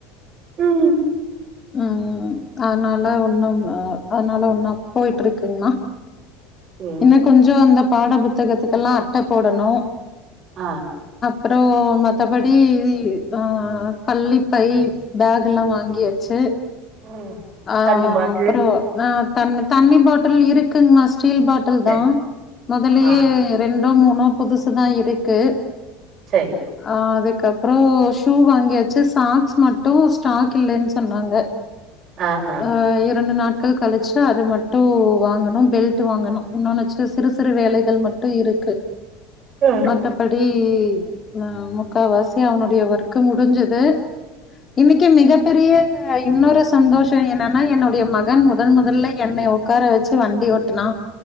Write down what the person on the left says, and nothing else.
ம் அதனால ஒன்னும் அ அதனால ஒன்னாப் போயிட்ருக்குங்மா
இன்ன கொஞ்சு அந்த பாட புத்தகத்துக்கெல்லா ட்ட போடணு
ப்றோ மற்றபடி ஆ பள்ளி பை பேக் எல்லா வாங்கியாச்சு
ஆ
ஆ
அப்பறோ நா தண்ண தண்ணி பாட்டுல் இருக்குங் மாஸ் சீல் பாட்டுல்
தா மொதலயே
ரெண் மூணோ புதுசு தா இருக்கு
ஆ அதே கப்றோ ஷூ வாங்யாச்சு சாக் ஸ் மட்டு ஸ்டாக் இல்லேன் சொன்னாங்க
அ இரண்டு நாட் கு கலச்ச அது மட்டு வாங்கணு பெல்ட் வாங்கணு இன்னொனச்சு சிறு சிறு வேலைகள் மட்டு இருக்கு
வத்தபடி வ முக்கா வாசி அவனுடிய ஒர்க்கு முடிஞ்சிது இன்னிக்கி மிகப் பெரிய இன்னொரு சந்தோஷ என்னன்னா என்னுடிய மகன் முதன் முதல்ல என்னய ஒக்கார வச்சு வண்டி ஓட்டுனா